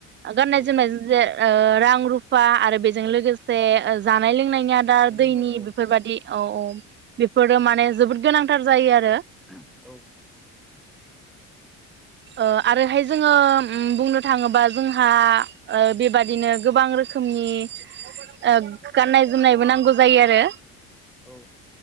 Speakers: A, on the right (about 30°); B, in the centre.
A: ओ गाननाय
B: औ
A: जोमनायजों जे ओ रां फा आरो बेजों
B: औ
A: लोगोसे ओ जानाय लोंनायनिया आदार
B: जानाय
A: दैनि
B: लोंनाय औ
A: बेफोरबादि औ औ बेफोरो माने माने जोबोद गोनांथार जायो आरो
B: ओहो औ
A: ओ आरोहाय जोङो बुंनो थाङोबा जोंहा बेबादिनो गोबां रोखोमनि गाननाय जोमनायबो नांगौ जायो आरो।
B: औ।